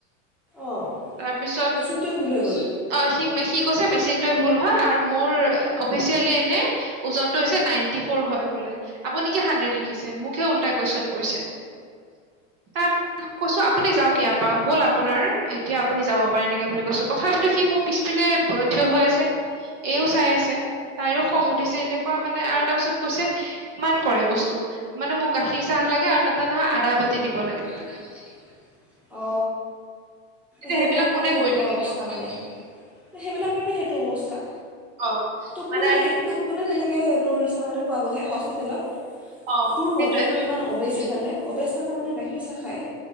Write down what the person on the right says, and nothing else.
তাৰপিছত
অ সি সি কৈছে মেচিন ভুল হয় আৰু মোৰ অফিচিয়েলী এনে ওজনটো হৈছে নাইন্টি ফৰ হয় বোলে। আপুনি কি হাড্ৰেড লিখিছে, মোকহে উল্টা কুৱেশন কৰিছে। তাত মই কৈছো আপুনি যাও ইয়াৰ পৰা হ'ল আপোনাৰ এতিয়া আপুনি যাব পাৰে এনেকে বুলি কৈছো, তথাপিতো সি মোক পিছপিনে থিয় হৈ আছে। এইও চাই আছে তাইৰো খং উঠিছে এনেকুৱা মানে আৰু তাৰপিছত কৈছে কিমান কৰে বস্তু মানে মোক গাখীৰ চাহ লাগে আৰু তাতে নহয় আদা বতি দিব লাগে।
এতিয়া
কোনে
কৰি থাকিব
অ
মানে
অ
সেইটোয়ে